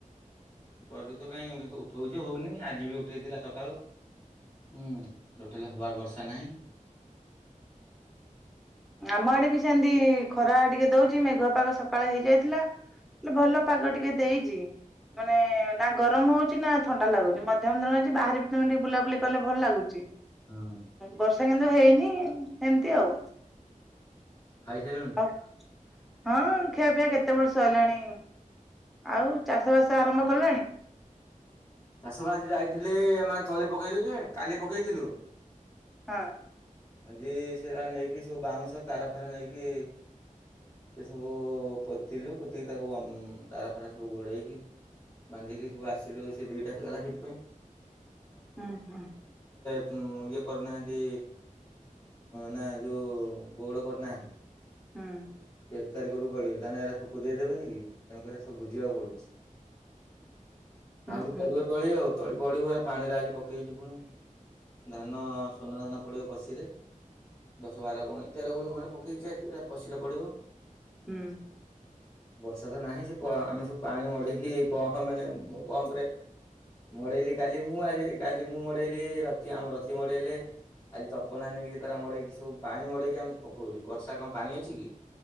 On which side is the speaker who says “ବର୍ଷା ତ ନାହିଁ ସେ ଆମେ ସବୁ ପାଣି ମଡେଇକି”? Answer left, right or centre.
Left